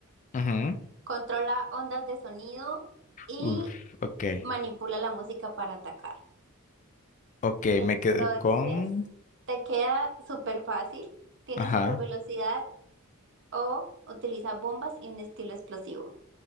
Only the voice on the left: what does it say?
Ujú.
Uf, ok.
Ok,
me quedo con...
Ajá.